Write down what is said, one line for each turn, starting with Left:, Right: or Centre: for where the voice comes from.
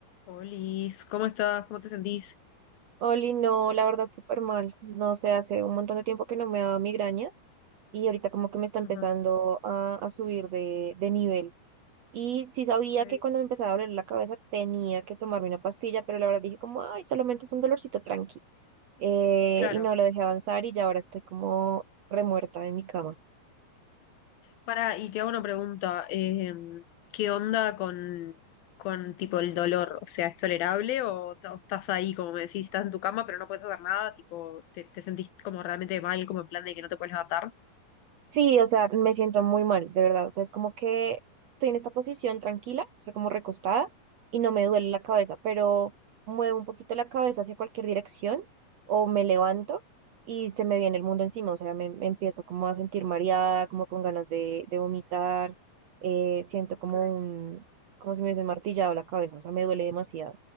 Left: Olis, ¿cómo estás? ¿Cómo te sentís?
Right: Oli, no, la verdad, súper mal. No sé, hace un montón de tiempo que no me daba migraña y ahorita como que me está empezando
Left: Ajá,
Right: a, a subir de, de nivel. Y sí sabía
Left: ok,
Right: que cuando me empezaba a doler la cabeza tenía que tomarme una pastilla, pero la verdad dije como, ay, solamente es un dolorcito tranqui. Eh,
Left: Claro.
Right: y no, lo dejé avanzar y ya ahora estoy como remuerta en mi cama.
Left: Para, y te hago una pregunta. eh, ¿qué onda con, con tipo el dolor? O sea, ¿es tolerable o, ta- o estás ahí, como me decís, estás en tu cama pero no puedes hacer nada? Tipo, ¿te, te sentís como realmente mal, como en plan de que no te puedes levantar?
Right: Sí, o sea, me siento muy mal, de verdad. O sea, es como que estoy en esta posición tranquila, o sea, como recostada, y no me duele la cabeza, pero muevo un poquito la cabeza hacia cualquier dirección o me levanto y se me viene el mundo encima. O sea, me, me empiezo como a sentir mareada, como con ganas de, de vomitar. eh, siento como
Left: Ok,
Right: un, como si me hubiesen martillado la cabeza, o sea, me duele demasiado.